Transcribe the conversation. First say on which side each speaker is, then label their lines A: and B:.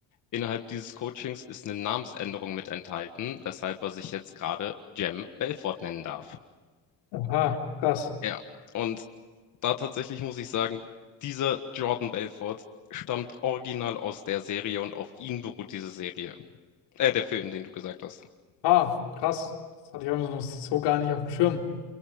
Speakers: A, on the left; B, on the left.
A: Innerhalb dieses Coachings ist eine Namensänderung mit enthalten, weshalb er sich jetzt gerade Jem Belfort nennen darf.
B: Oha, krass.
A: Ja, und da tatsächlich muss ich sagen, dieser Jordan Belfort stammt original aus der Serie und auf ihn beruht diese Serie. Äh, der Film, den du gesagt hast.
B: Ah, krass. Das hatte ich auch noch so gar nicht auf dem Schirm.